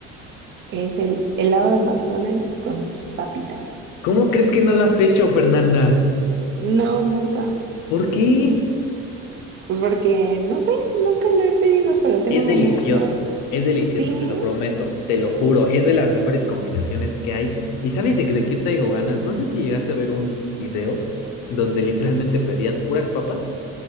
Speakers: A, on the right (about 40°); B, on the left (about 80°).
A: Es el helado de McDonald's con sus papitas.
B: ¿Cómo crees que no lo has hecho, Fernanda?
A: No, nunca.
B: ¿Por qué?
A: Pues porque, no sé, nunca lo he pedido, pero tengo
B: Es delicioso,
A: ganas de probarlo.
B: es delicioso,
A: Sí, ¿eh?
B: te lo prometo, te lo juro, es de las mejores combinaciones que hay. ¿Y sabes de, qué- de qué traigo ganas? No sé si llegaste a ver un video donde literalmente pedían puras papas